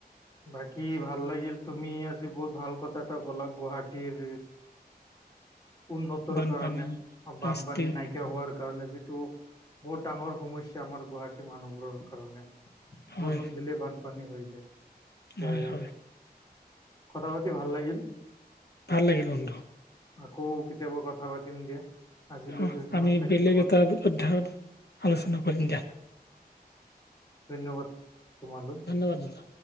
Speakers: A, on the left (about 25°); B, on the left (about 80°).
A: বাকী ভাল লাগিল তুমি আজি বহুত ভাল কথা এটা ক'লা গুৱাহাটীৰ উন্নতৰ
B: বানপানী
A: কাৰণে
B: প্লাষ্টিক
A: বানপানী নাইকিয়া হোৱাৰ কাৰণে যিটো বহুত ডাঙৰ সমস্যা আমাৰ গুৱাহাটী মানুহবোৰৰ কাৰণে
B: হয়
A: বৰষুণ দিলে বান পানী হৈ যায় তে
B: হয় হয়
A: কথা পাতি ভাল লাগিল?
B: ভাল লাগিল বন্ধু।
A: আকৌ কেতিয়াবা কথা পাতিম দিয়া আজিলৈ
B: অ
A: ধন্যবাদ
B: আমি
A: থাকিল
B: বেলেগ
A: তোমালৈ।
B: এটা অধ্যায়ত আলোচনা কৰিম দিয়া।
A: ধন্যবাদ তোমালৈ।
B: ধন্যবাদ বন্ধু।